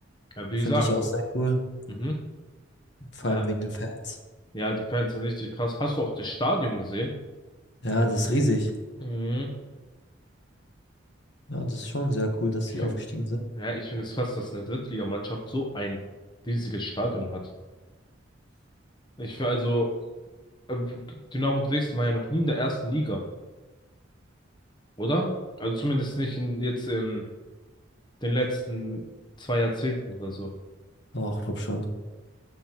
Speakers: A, on the left; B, on the left.
A: Ja, wie
B: Finde
A: gesagt,
B: ich auch sehr cool.
A: mhm.
B: Vor
A: Äh,
B: allem wegen den Fans.
A: ja, die Fans sind richtig krass. Hast du auch das Stadion gesehen?
B: Ja, das ist riesig.
A: Mhm.
B: Ja, das ist schon sehr cool, dass
A: Ich,
B: die
A: find-
B: aufgestiegen sind.
A: ja, ich finde es krass, dass eine Drittligamannschaft so ein riesiges Stadion hat. Ich finde also, ähm, Dynamo Dresden war ja noch nie in der ersten Liga. oder? Also zumindest nicht in, jetzt in den letzten zwei Jahrzehnten oder so.
B: Auch, glaub schon.